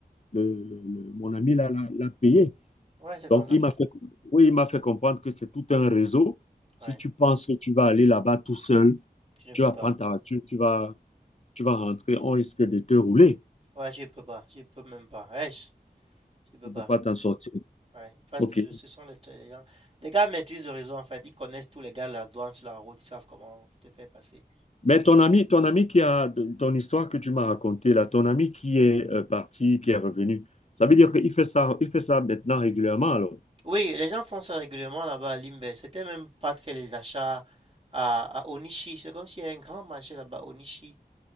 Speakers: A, on the left; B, on the right.
A: Le, le- le- mon ami l'a l'a- l'a payé.
B: Ouais, c'est comme
A: Donc,
B: ça
A: il
B: qu'il
A: m'a
B: faut.
A: fait, oui, il m'a fait comprendre que c'est tout un réseau.
B: Ouais.
A: Si tu penses que tu vas aller là-bas tout seul,
B: Tu ne peux
A: tu vas
B: pas.
A: prendre ta voiture, tu vas tu vas rentrer, on risque de te rouler.
B: Ouais, tu ne peux pas. Tu ne peux même pas. Ouais, tu ne peux
A: Tu ne
B: pas.
A: peux pas t'en sortir.
B: Ouais, ils passent
A: OK.
B: toujours. Ce sont les, les gens. Les gars maîtrisent le réseau, en fait. Ils connaissent tous les gars de la douane sur la route. Ils savent comment te faire passer.
A: Mais ton ami, ton ami qui a ton histoire que tu m'as racontée, là, ton ami qui est euh, parti, qui est revenu, ça veut dire qu'il fait ça, il fait ça maintenant régulièrement, alors.
B: Oui, les gens font ça régulièrement là-bas à Limbe. C'était même pas de faire les achats à, à Onishi. C'est comme s'il y avait un grand marché là-bas, Onishi.